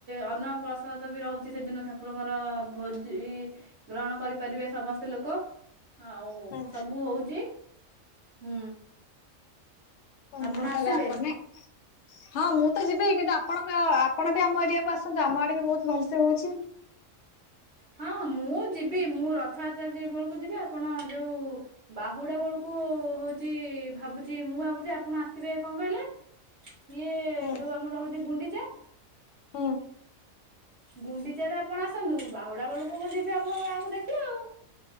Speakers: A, on the right; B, on the left.
A: ଅନ୍ନପ୍ରସାଦ ବି ରହୁଛି ସେଦିନ ଠାକୁ ରଙ୍କର ଭୋଜି। ଗ୍ରହଣ କରି ପାରିବେ ସମସ୍ତେ ଲୋକ ଆଉ
B: ହୁଁ
A: ସବୁ ହଉଛି। ହୁଁ।
B: ଓୋ
A: ଆପଣ
B: ତାହେଲେ
A: ଆସିବେ
B: ଆପ। <unintelligible> ହଁ ମୁଁ ତ ଯିବି, କିନ୍ତୁ ଆପଣଙ୍କ ଆପଣ ବି ଆମ ଏରିଆକୁ ଆସନ୍ତୁ, ଆମ ଆଡେ ବି ବହୁତ ଭଲସେ ହଉଛି।
A: ହଁ ମୁଁ ଯିବି, ମୁଁ ରଥଯାତ୍ରା ଯେ ବେଳକୁ ଯିବି ଆପଣ ଯୋଉ ବାହୁଡା ବେଳକୁ ହଉଛି, ଭାବୁଛି, ମୁଁ ଭାବୁଛି ଆପଣ ଆସିବେ କଣ କହିଲେ ଇଏ
B: ହୁଁ
A: ଯୋଉ ଆମର ରହୁଛି ଗୁଣ୍ଡିଚା!
B: ହୁଁ।
A: ଗୁଣ୍ଡିଚ ରେ ଆପଣ ଆସନ୍ତୁ। ବାହୁଡା ବେଳକୁ ମୁଁ ଯିବି ଆପଣଙ୍କ ଗାଁଙ୍କୁ ଦେଖିବି ଆଉ।